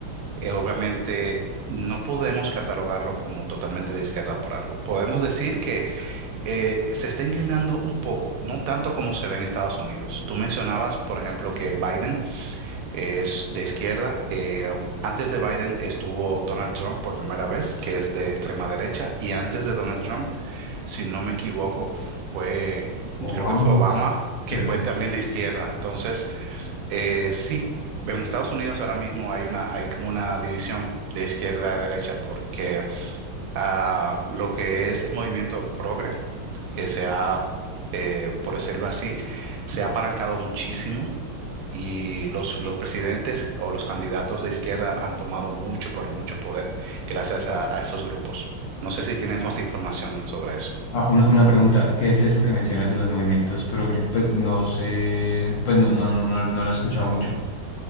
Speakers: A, on the right; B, on the left.
A: eh, obviamente no podemos catalogarlo como totalmente de izquierda por algo. Podemos decir que eh, se está inclinando un poco, no tanto como se ve en Estados Unidos. Tú mencionabas, por ejemplo, que Biden es de izquierda. Eh, um, antes de Biden estuvo Donald Trump por primera vez, que es de extrema derecha, y antes de Donald Trump, si no me equivoco, fue,
B: Obama,
A: creo que fue Obama, que
B: creo
A: fue
B: que.
A: también de izquierda. Entonces, eh, sí, en Estados Unidos ahora mismo hay una, hay como una división de izquierda a derecha, porque ah, lo que es el movimiento progre, que se ha, eh, por decirlo así, se ha apalancado muchísimo y los, los presidentes o los candidatos de izquierda han tomado mucho, pero mucho poder gracias a, a esos grupos. No sé si tienes más información sobre eso.
B: Ah, una, una pregunta, ¿qué es eso que mencionas de los movimientos progre? Pues no sé, pues no, no, no, no, no lo he escuchado mucho.